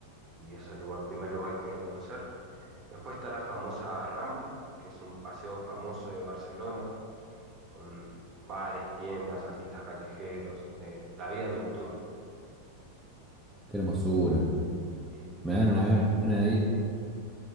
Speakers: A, on the right; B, in the centre.
A: Y es el lugar, primer lugar que quiero conocer. Después está la famosa Rambla, que es un paseo famoso de Barcelona, con bares, tiendas, artistas callejeros, eh, la vida nocturna.
B: qué hermosura.
A: Y
B: Me dan
A: hermoso.
B: una gana de ir.